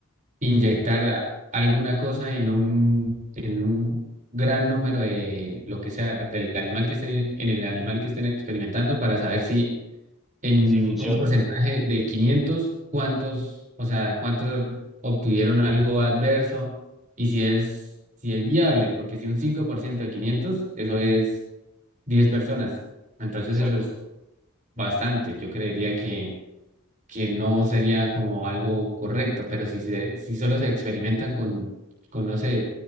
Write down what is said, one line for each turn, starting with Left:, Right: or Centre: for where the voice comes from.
Right: inyectar a- alguna cosa en un, en un gran número de lo que sea, del animal que estén, en el animal que estén experimentando para saber si en
Centre: sí funciona,
Right: un porcentaje de 500 cuántos, o sea, cuántos obtuvieron algo adverso y si es, si es viable, porque si un 5% de 500 eso es 10 personas. Entonces
Centre: exacto.
Right: eso es bastante. Yo creería que que no sería como algo correcto, pero si, se- si solo se experimentan con, con, no sé,